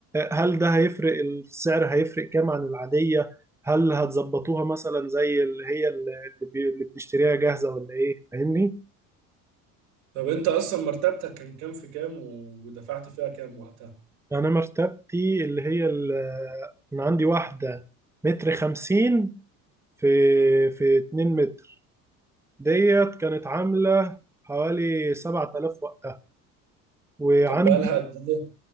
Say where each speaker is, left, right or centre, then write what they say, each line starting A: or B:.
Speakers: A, in the centre; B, on the right (about 65°).
A: هل ده هيفرق السعر هيفرق كام عن العادية هل هتظبطوها مثلا زي اللي هي اللي بي- اللي بنشتريها جاهزة ولا إيه فاهمني؟
B: طب انت اصلا مرتبتك كان كام في كام و- ودفعت فيها كام وقتها
A: انا مرتبتي اللي هي ال- انا عندي واحده متر خمسين في في اتنين متر ديت كانت عامله حوالي سبعة آلاف وقتها وعندي
B: طب بقالها قد ايه